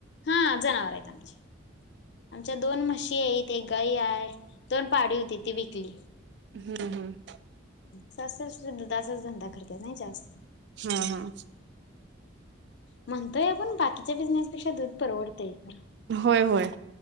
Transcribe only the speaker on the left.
हा जनावर आहेत आमची आमच्या दोन म्हशी आहेत एक गई आहे. दोन पाडी होती ती विकली.
सासू-सासरे दुधाचाच धंदा करत्यात नाय जास्त.
म्हणतोय आपण बाकीच्या बिझनेस पेक्षा दूध परवडतंय खरं.